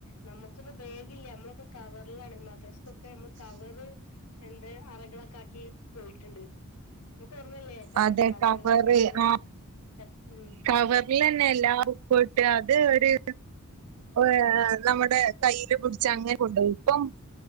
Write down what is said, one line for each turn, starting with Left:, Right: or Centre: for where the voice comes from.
Left: നമ്മുക്കൊന്നും ബേഗില്ല നമ്മളൊക്കെ കവറിലാണ് മദ്രസ്ക്കൊക്കെ നമ്മള് കവറ് എന്തെ അറകളൊക്കാക്കി പോയിട്ട്ണ്ട്. ഇങ്ങൾക്കോർമ്മല്ലേ കവ
Right: അതെ
Left: കവറുകളൊക്കെ
Right: കവറ്
Left: അങ്ങനെ
Right: ആ
Left: ഉം
Right: കവറിലന്നെ എല്ലാ ബുക്കുട്ട് അത് ഒര് ഏഹ് നമ്മുടെ കയ്യില് പിടിച്ച് അങ്ങനെ കൊണ്ടോയി ഇപ്പം